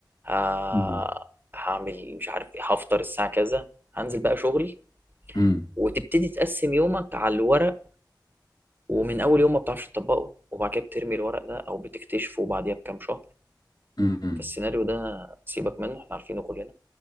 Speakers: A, on the right; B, on the left.
A: ه-
B: امم
A: هعمل مش عارف ايه هفطر الساعة كذا هنزل بقى شغلي
B: امم
A: وتبتدي تقسم يومك على الورق ومن أول يوم ما بتعرفش تطبقه وبعد كده بترمي الورق ده أو بتكتشفه بعديها بكام شهر
B: امم
A: فالسيناريو ده سيبك منه احنا عارفينه كلنا